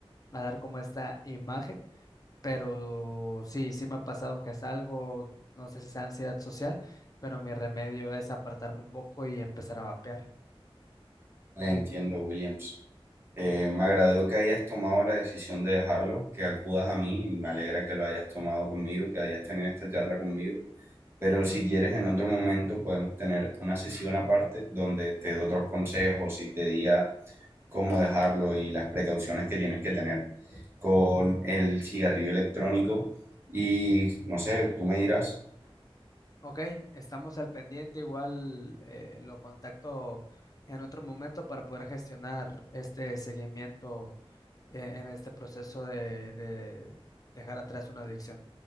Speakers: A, on the left; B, on the right.
A: a dar como esta imagen pero sí, sí me ha pasado que es algo, no sé si es ansiedad social, pero mi remedio es apartarme un poco y empezar a vapear.
B: entiendo, Williams. Eh, me agradó que hayas tomado la decisión de dejarlo, que acudas a mí y me alegra que lo hayas tomado conmigo, que hayas tenido esta charla conmigo. Pero si quieres, en otro momento podemos tener una sesión aparte donde te doy otros consejos y te diga cómo dejarlo y las precauciones que tienes que tener con el cigarrillo electrónico. Y no sé, tú me dirás.
A: Ok, estamos al pendiente, igual eh, lo contacto en otro momento para poder gestionar este seguimiento en, en este proceso de de dejar atrás una adicción.